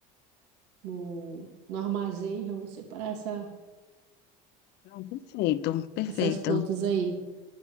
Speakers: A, on the right; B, on the left.
A: no, no armazém, já vou separar essa,
B: Não, perfeito, perfeito.
A: essas plantas aí.